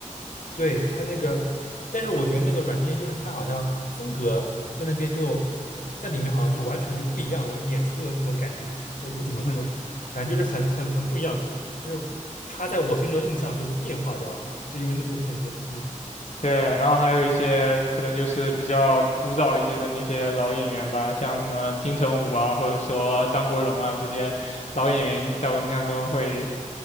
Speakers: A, on the left (about 75°); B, on the left (about 55°).
A: 对，他那个，但是我觉得那个阮件研就是他好像风格在那边就在里面好像就完全就不一样，演出了那种感觉，我也不怎么说，
B: <laughs>
A: 反正就是很很很不一样，就是他在我心中的印象就变化掉了，就因为那部片子，嗯
B: 对，然后还有一些可能就是比较枯燥一些的那些老演员吧，像什么金城武啊，或者说张国荣啊这些老演员，在我印象中会